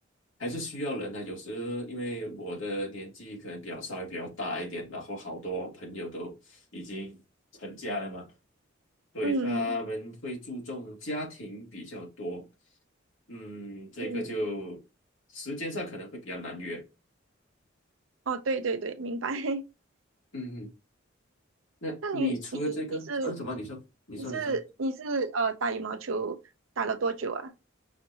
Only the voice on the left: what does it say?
还是需要人呢、有时因为我的年纪可能比较稍微比较大一点，然后好多朋友都已经成家了嘛，所以他们会注重家庭比较多。
嗯，这个就时间上可能会比较难约。
嗯，嗯，那你除了这个，
啊，怎么你说？你说，
你说。